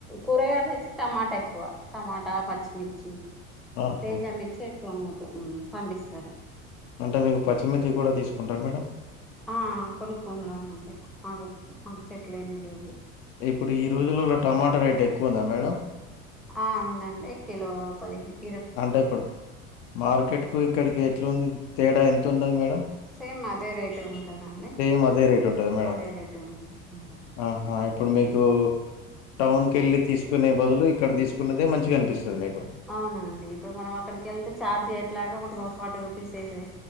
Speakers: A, in the centre; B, on the left.
A: కూరగాయలు అయితే టమాటా ఎక్కువ టమాటా పచ్చిమిర్చి
B: ఆహా
A: తేజమిర్చి ఎక్కువ అమ్ముతమ్ పండిస్తారు.
B: అంటే మీకు పచ్చిమిర్చి గూడా తీసుకుంటారా మేడం
A: ఆ కొనుకొనడమే అండి మాకు మాకు చెట్లు ఏమి లేవు.
B: ఇప్పుడు ఈ రోజులలో టమాటా రేట్ ఎక్కువుందా మేడం
A: ఆ ఉందండి కిలో పదిహేను
B: అంటే ఇప్పుడు మార్కెట్ కు ఇక్కడికి ఎట్లుంది తేడా ఎంత ఉన్నది మేడం
A: సేమ్ అదే రేటు ఉంటదండి
B: సేమ్ అదే రేట్ ఉంటదా మేడం
A: అదే రేటు ఉంది ఉంటుంది
B: ఆహా ఇప్పుడు మీకు టౌన్కి యెళ్ళి తీసుకునే బదులు ఇక్కడ తీసుకున్నదే మంచిగా అనిపిస్తది మీకు
A: అవునండి ఇప్పుడు మనం అక్కడికి యెళ్తే ఛార్జ్ ఎట్లాగా మనం ఒక ఫార్టీ రూపీస్ అయితది